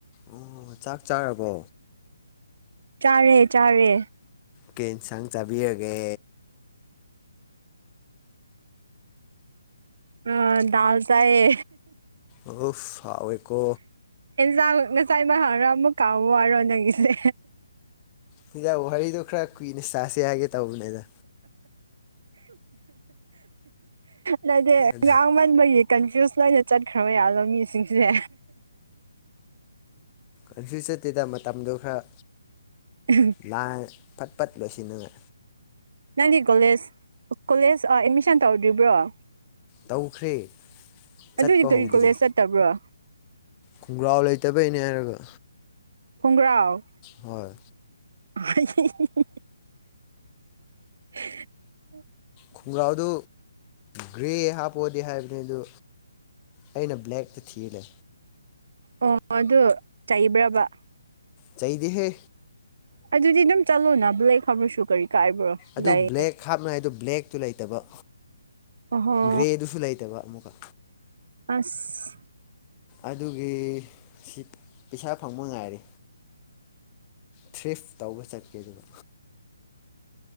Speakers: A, on the left (about 25°); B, on the right (about 55°).
A: ꯑꯣ ꯆꯥꯛ ꯆꯥꯔꯕꯣ
B: ꯆꯥꯔꯦ ꯆꯥꯔꯦ
A: ꯀꯩ ꯏꯟꯁꯥꯡ ꯆꯥꯕꯤꯔꯒꯦ
B: ꯑ ꯗꯥꯜ ꯆꯑ
A: ꯑꯣꯐ ꯁꯥꯎꯋꯦꯀꯣ
B: ꯑꯦꯟꯁꯥꯡ ꯉꯁꯥꯏ ꯏꯃ ꯍꯔ ꯑꯃ ꯀꯥꯃꯨ ꯍꯥꯢꯔꯣ ꯅꯪꯒꯤꯁꯦ
A: ꯁꯤꯗ ꯋꯥꯔꯤꯍꯗꯣ ꯈꯔ ꯀꯨꯏꯅ ꯆꯁꯤ ꯌꯥꯒꯦ ꯇꯧꯕꯅꯤꯗ
B: ꯂꯩꯗꯦ
A: ꯑꯗꯨ
B: ꯉꯥꯡ ꯁꯦꯡꯕꯒꯤ ꯀꯟꯐ꯭ꯌꯨꯁ ꯂꯩꯅ ꯆꯠꯈ꯭ꯔꯕ ꯌꯥꯝꯅ ꯃꯤꯁꯤꯡꯁꯦ
A: ꯑꯣ ꯀꯩꯁꯨ ꯆꯠꯇꯦꯗ ꯃꯇꯝꯗꯣ ꯈꯔ
B: ꯎꯝ
A: ꯂꯥꯡ ꯐꯠ ꯐꯠ ꯂꯣꯢꯁꯤꯟꯗꯨꯕ
B: ꯅꯪꯗꯤ ꯀꯣꯂꯦꯖ ꯀꯣꯂꯦꯖ ꯑꯦꯠꯃꯤꯁꯟ ꯇꯧꯔꯗ꯭ꯔꯤꯕ꯭ꯔꯣ
A: ꯇꯧꯈ꯭ꯔꯦ
B: ꯑꯗꯨꯗꯤ
A: ꯆꯠꯄ
B: ꯀꯔꯤ
A: ꯍꯧꯗ꯭ꯔꯤ
B: ꯀꯣꯂꯦꯖ ꯆꯠꯇꯕ꯭ꯔꯣ
A: ꯈꯣꯡꯒ꯭ꯔꯥꯎ ꯂꯩꯇꯕꯩꯅꯦ ꯍꯥꯏꯔꯒ
B: ꯈꯣꯡꯒ꯭ꯔꯥꯎ
A: ꯍꯣꯏ
B: <unintelligible> <inaudible>
A: ꯈꯣꯡꯒ꯭ꯔꯥꯎꯗꯨ ꯒ꯭ꯔꯦ ꯍꯥꯞꯄꯑꯣꯗꯤ ꯍꯥꯏꯕꯅꯤ ꯑꯗꯨ ꯑꯩꯅ ꯕ꯭ꯂꯦꯛ ꯇ ꯊꯅ
B: ꯑꯣ ꯑꯗꯨ ꯆꯩꯕ꯭ꯔꯕ
A: ꯆꯩꯗꯦꯍꯦ
B: ꯑꯗꯨꯗꯤ ꯑꯗꯨꯝ ꯆꯠꯂꯣꯅ ꯕ꯭ꯂꯦꯛ ꯍꯥꯏꯕ꯭ꯔꯁꯨ ꯀꯔꯤ ꯀꯥꯏꯕ꯭ꯔꯣ
A: ꯑꯗꯨ
B: ꯂꯩ
A: ꯕ꯭ꯂꯦꯛ ꯍꯥꯞꯅꯥꯏꯗꯨ ꯕ꯭ꯂꯦꯛꯇꯨ ꯂꯩꯇꯕ
B: ꯑꯣꯍꯣ
A: ꯒ꯭ꯔꯦꯗꯨꯁꯨ ꯂꯩꯇꯕ ꯑꯃꯨꯛꯀ
B: ꯑꯁ
A: ꯑꯗꯨꯒꯤ ꯁꯤ ꯄꯩꯁꯥ ꯐꯪꯕ ꯉꯥꯏꯔꯦ ꯊ꯭ꯔꯤꯐ ꯇꯧꯕ ꯆꯠꯀꯦ ꯑꯗꯨꯗ